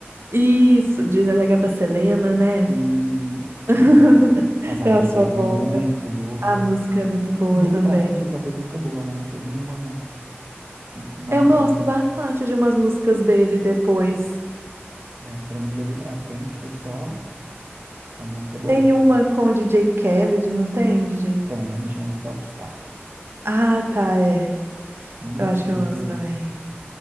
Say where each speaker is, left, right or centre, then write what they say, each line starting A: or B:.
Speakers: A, on the right (about 65°); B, on the right (about 45°).
A: Isso, dizem até que é pra Selena, né?
B: Isso.
A: <laughs>
B: Mas a
A: Tem
B: música
A: umas fofoca.
B: é muito boa.
A: A música é muito boa
B: E dali
A: também.
B: pra frente ele só fez música boa, né? Não fez nenhuma ruim. Nossa,
A: Eu gosto
B: pra mim,
A: bastante de umas músicas dele depois.
B: é, pra mim dali pra frente foi só uma música boa.
A: Tem uma com o D J Khaled, não tem, D J
B: Tem, chama Popstar.
A: Ah, tá, é.
B: Sim,
A: Eu acho
B: teve.
A: que eu gosto também.